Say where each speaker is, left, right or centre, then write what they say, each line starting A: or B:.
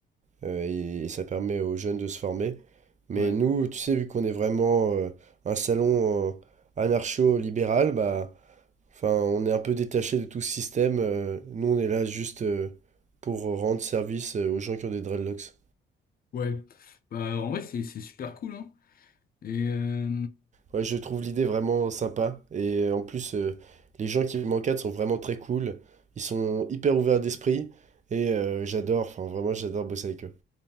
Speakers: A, on the right (about 35°); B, on the left (about 50°).
A: euh, et, et ça permet aux jeunes de se former. Mais
B: Ouais.
A: nous, tu sais, vu qu'on est vraiment euh, un salon euh, anarcho-libéral, bah, enfin, on est un peu détaché de tout ce système. euh, nous, on est là juste euh, pour rendre service euh, aux gens qui ont des dreadlocks.
B: Ouais, bah, en vrai, c'est c'est super cool, hein. Et euh,
A: Ouais, je trouve l'idée vraiment sympa. Et euh, en plus, euh, les gens qui m'encadrent sont vraiment très cool. Ils sont hyper ouverts d'esprit. Et euh, j'adore, enfin, vraiment, j'adore bosser avec eux.